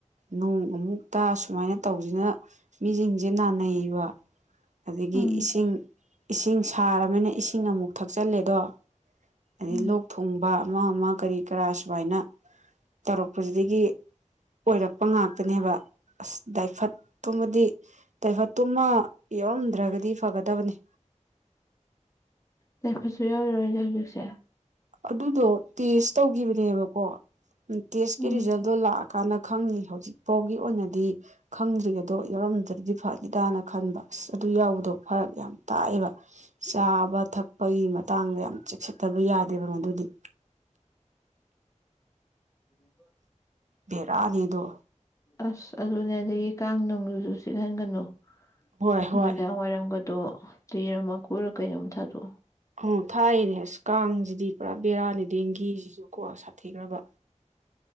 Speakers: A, on the right; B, on the left.
A: ꯅꯣꯡ ꯑꯃꯨꯛ ꯇꯥ ꯁꯨꯃꯥꯏꯅ ꯇꯧꯕꯁꯤꯅ ꯃꯤꯁꯤꯡꯁꯦ ꯅꯥꯅ ꯅꯩꯕ ꯑꯗꯒꯤ
B: ꯎꯝ
A: ꯏꯁꯤꯡ ꯏꯁꯤꯡ ꯁꯥꯔꯕꯅꯤꯅ ꯏꯁꯤꯡ ꯏꯁꯤꯡ ꯑꯃꯨꯛ ꯊꯛꯆꯜꯂꯦꯗꯣ ꯑꯩ
B: ꯎꯝ
A: ꯂꯣꯛ ꯊꯨꯡꯕ ꯑꯃ ꯑꯃ ꯀꯔꯤ ꯀꯔꯥ ꯁꯨꯃꯥꯏꯅ ꯇꯧꯔꯛꯄꯁꯤꯗꯒꯤ ꯑꯣꯏꯔꯛꯄ ꯉꯥꯛꯇꯅꯦꯕ ꯑꯁ ꯗꯥꯏꯐꯠꯇꯣꯕꯗꯤ ꯇꯥꯏꯐꯠꯇꯨꯃ ꯌꯥꯎꯔꯝꯗ꯭ꯔꯒꯗꯤ ꯐꯒꯗꯕꯅꯤ
B: ꯇꯥꯏꯐꯠꯁꯨ ꯌꯥꯎꯔꯤꯔꯣ ꯍꯥꯢꯁꯦ ꯍꯧꯖꯤꯛꯁꯦ
A: ꯑꯗꯨꯗꯣ ꯇꯦꯁ ꯇꯧꯈꯤꯕꯅꯦꯕꯀꯣ ꯎꯝ ꯇꯦꯁꯀꯤ
B: ꯎꯝ
A: ꯔꯤꯖꯜꯗꯣ ꯂꯥꯛ ꯀꯥꯟꯅ ꯈꯪꯉꯤ ꯍꯧꯖꯤꯛꯐꯥꯎꯒꯤ ꯑꯣꯏꯅꯗꯤ ꯈꯪꯗ꯭ꯔꯤ ꯑꯗꯣ ꯌꯥꯎꯔꯝꯗ꯭ꯔꯗꯤ ꯐꯅꯤ ꯗꯅ ꯈꯟꯕ ꯑꯁ ꯑꯗꯨ ꯌꯥꯎꯕꯗꯣ ꯐꯔꯛ ꯌꯥꯝ ꯇꯥꯛꯑꯦꯕ ꯆꯥꯕ ꯊꯛꯄꯒꯤ ꯃꯇꯥꯡꯗ ꯌꯥꯝ ꯆꯦꯛꯁꯤꯟꯗꯕ ꯌꯥꯗꯦ ꯀꯅꯣꯗ ꯗꯨꯝ
B: ꯎꯝ <inaudible>
A: ꯕꯦꯔꯥꯅꯤꯗꯣ
B: ꯑꯁ ꯑꯗꯨꯅꯦ ꯑꯗꯒꯤ ꯀꯥꯡ ꯅꯨꯡꯗꯨꯨꯁꯨ ꯆꯤꯛꯍꯟꯒꯅꯨ
A: ꯍꯣꯏ
B: ꯅꯨꯃꯤꯗꯥꯡ
A: ꯍꯣꯏ
B: ꯋꯥꯏꯔꯝꯒ ꯑ ꯇꯣ ꯌꯦꯔꯨꯝ ꯃꯀꯨꯔ ꯀꯩꯅꯣꯝ ꯊꯥꯗꯣꯛꯑꯣ
A: ꯑꯣ ꯊꯥꯏꯌꯦꯅꯦ ꯑꯁ ꯀꯥꯡꯁꯤꯗꯤ ꯄꯨꯔꯥ ꯕꯦꯔꯥꯅꯦ ꯗꯦꯡꯒꯤꯁꯤꯁꯨ ꯀꯣ ꯁꯥꯊꯤꯈ꯭ꯔꯕ